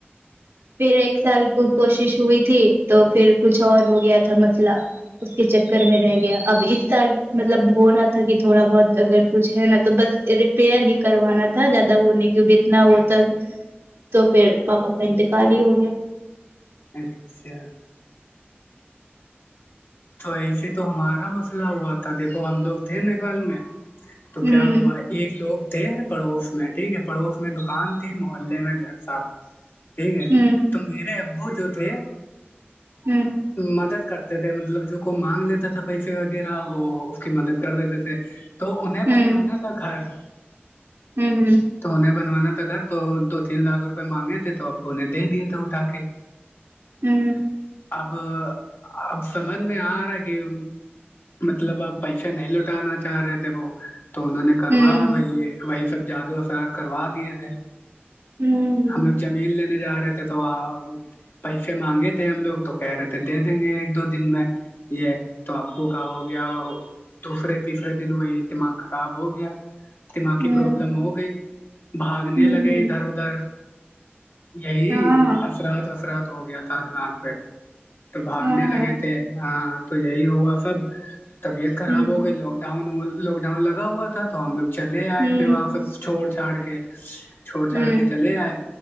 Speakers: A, on the right (about 90°); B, on the left (about 60°).
A: پھر ایک سال کو کوشش ہوئی تھی تو پھر کچھ اور ہو گیا تھا مسئلہ اس کے چکر میں رہ گیا اب اس سال مطلب ہو رہا تھا کہ تھوڑا بہت اگر کچھ ہے نا تو بس ریپیئر ہی کروانا تھا زیادہ وہ نہیں کیہ اتنا ہوتا تو پھر پاپا کا انت کال ہی ہو گیا
B: اچھا تو ایسے تو ہمارا مسئلہ ہوا تھا دیکھو ہم لوگ تھے نیپال میں تو
A: ہوں
B: کیا ہوا ایک لوگ تھے پڑوس میں ٹھیک ہے پڑوس میں دکان تھی محلے میں گھر تھا ٹھیک ہے
A: ہوں
B: تو میرے ابو جو تھے
A: ہوں
B: مدد کرتے تھے مطلب جو کو مانگ لیتا تھا پیسے وغیرہ وہ اس کی مدد کر دیتے تھے تو انہیں
A: ہوں
B: بنوانا تھا گھر
A: ہوں
B: تو انہیں بنوانا تھا گھر تو دو تین لاکھ روپئے مانگے تھے تو ابو نے دے دیے تھے اٹھا کے
A: ہوں
B: اب اب سمجھ میں آ رہا ہے کہ مطلب آب پیسے نہیں لوٹانا چاہ رہے تھے وہ تو انہوں نے کروا
A: ہوں
B: وہی وہی سب جادو اثرات کروا دیے تھے
A: ہوں
B: ہم لوگ زمین لینے جا رہے تھے تو پیسے مانگے تھے ہم لوگ تو کہہ رہے تھے دے دیں گے دو دن میں یہ تو ابو کا ہو گیا دوسرے تیسرے دن وہی دماغ خراب ہو گیا دماغ
A: ہوں
B: کی پروابلم ہو گئی بھاگنے
A: ہوں
B: لگے
A: ہوں
B: ادھر ادھر یہی
A: ہاں
B: اثرات وثرات ہو گیا تھا دماغ پہ تو بھاگنے
A: ہاں ہاں
B: لگے تھے ہاں تو یہی ہوا سب طبیعت خراب
A: ہوں
B: ہو گئی لاک ڈاؤن ہو لاک ڈاؤن لگا ہوا تھا تو ہم لوگ چلے آئے
A: ہوں
B: پھر واپس چھوڑ چھاڑ کے چھوڑ چھاڑ
A: ہوں
B: کے چلے آئے